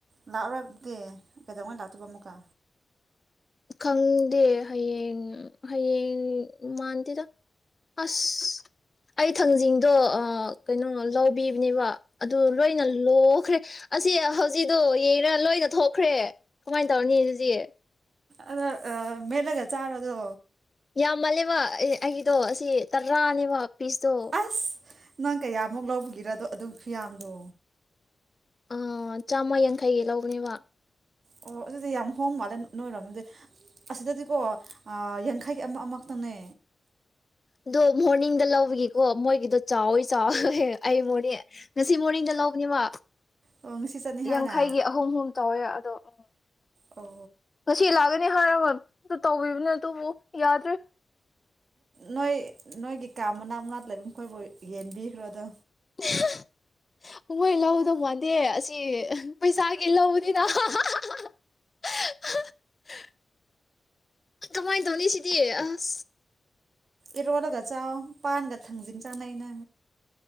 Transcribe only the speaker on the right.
ꯂꯥꯛꯔꯗꯤ ꯀꯩꯗꯧꯉꯩ ꯂꯥꯛꯇꯣꯏꯕ ꯑꯃꯨꯛꯀ
ꯑꯗ ꯑ ꯃꯦꯠꯂꯒ ꯆꯥꯕꯗꯨ
ꯑꯁ ꯅꯪ ꯀꯌꯥꯃꯨꯛ ꯂꯧꯕꯒꯤꯔꯗꯣ ꯑꯗꯨꯁꯨ ꯌꯥꯝꯗꯣ
ꯑꯣ ꯑꯗꯨꯗꯤ ꯌꯥꯝ ꯍꯣꯡ ꯃꯥꯜꯂꯦ ꯅꯣꯏꯔꯣꯝꯗꯗꯤ ꯑꯁꯤꯗꯗꯤꯀꯣ ꯌꯥꯡꯈꯩꯒꯤ ꯑꯃ ꯑꯃ ꯈꯛꯇꯪꯅꯦ
ꯑꯣ ꯉꯁꯤ ꯆꯠꯅꯤ ꯍꯥꯏꯅ
ꯑꯣ
ꯅꯣꯏ ꯅꯣꯏꯒꯤ ꯀꯥ ꯃꯅꯥꯛ ꯃꯅꯥꯛꯇ ꯂꯩꯕ ꯃꯈꯣꯏꯕꯨ ꯌꯦꯟꯕꯤꯈ꯭ꯔꯣ ꯑꯗꯣ
ꯏꯔꯣꯜꯂꯒ ꯆꯥꯎ ꯄꯥꯟꯒ ꯊꯥꯡꯖꯤꯟ ꯆꯥꯅꯩꯩꯅ